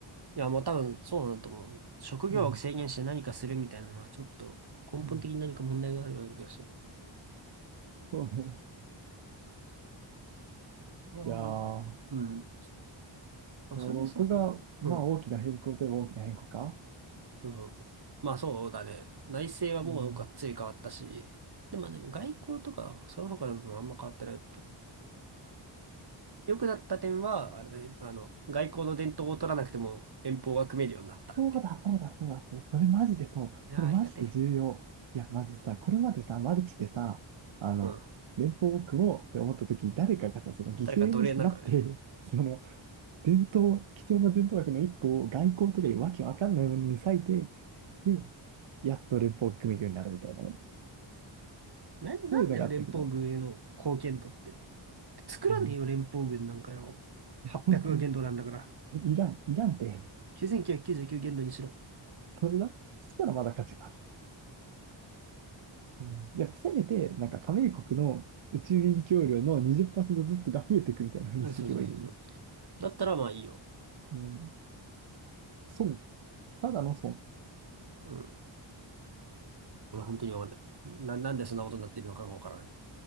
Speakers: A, on the right (about 50°); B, on the right (about 70°).
A: や、もう多分、そうなんだと思う。職業を制限して何かするみたいなのは、
B: うん。
A: ちょっと、根本的に何か問題があるような気がする。
B: うんそうね。
A: あーうん。
B: いやー、
A: あ、
B: ここが、
A: それでさ、うん。
B: まあ大きな変更といえば大きな変更か。
A: そう。まあ、そうだね。内政はもうがっつり変わったし、
B: うん。
A: でも、でも外交とか、その他の部分はあんま変わってない。良くなった点は、あれだね、あの、外交の伝統を取らなくても連邦が組めるようになったっていう。
B: そうだ、そうだ、そうだ、そうだ、それマジでそう。
A: いやー、
B: それマジで重要。
A: ありがてえ。
B: いや、マジさ、これまでさ、マルチでさ、あの、
A: う
B: 連邦を組もうって思った時に、誰かがさ、その犠牲になって、
A: ん。誰か奴隷になるからね。
B: その、伝統、貴重な伝統学の一個を外交とかいうわけわかんないものに割いて、で、やっと連邦を組めるようになるみたいなね。
A: な、なんだよ、
B: そういうのがあったけど、
A: 連邦軍への貢献度って。作らねえよ、
B: うん、
A: 連邦軍なんかよ。800が限度なんだから。
B: 本当に、いらん、いらんって、
A: 9999限度にしろ。
B: それだ、そしたらまだ価値がある。うん、やっぱせめて、なんか加盟国の宇宙影協量の20%ずつが増えていくみたいな風にしていけばいいのに。
A: うん、そうそうそうそう。だったらまあいいよ。
B: うん。損。ただの損。
A: うん。俺本当にわかんない。
B: あ
A: な、なんでそんなことになってるのかがわからない。